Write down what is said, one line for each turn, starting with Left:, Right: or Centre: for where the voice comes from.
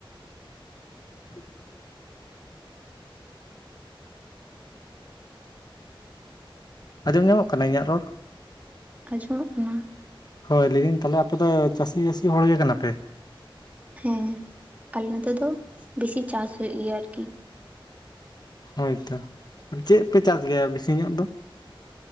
Left: <unintelligible> ᱟᱸᱡᱚᱢ ᱧᱟᱢᱚᱜ ᱠᱟᱱᱟ ᱤᱧᱟᱹᱜ ᱨᱚᱲ ᱾
Right: ᱟᱸᱡᱚᱢᱚᱜ ᱠᱟᱱᱟ ᱾
Left: ᱦᱳᱭ ᱞᱟᱹᱭᱫᱟᱹᱧ ᱛᱟᱦᱚᱸᱞᱮ ᱟᱯᱮ ᱫᱚ ᱪᱟᱹᱥᱤ ᱟᱹᱥᱤ ᱦᱚᱲ ᱜᱮ ᱠᱟᱱᱟ ᱯᱮ?
Right: ᱦᱮᱸ, ᱟᱞᱮ ᱱᱚᱛᱮ ᱫᱚ ᱵᱮᱥᱤ ᱪᱟᱥ ᱦᱩᱭᱩᱜ ᱜᱮᱭᱟ ᱟᱹᱨᱠᱤ ᱾
Left: ᱦᱳᱭ ᱛᱚ, ᱪᱮᱜ ᱯᱮ ᱪᱟᱥ ᱜᱮᱭᱟ ᱵᱮᱥᱤ ᱧᱚᱜ ᱫᱚ?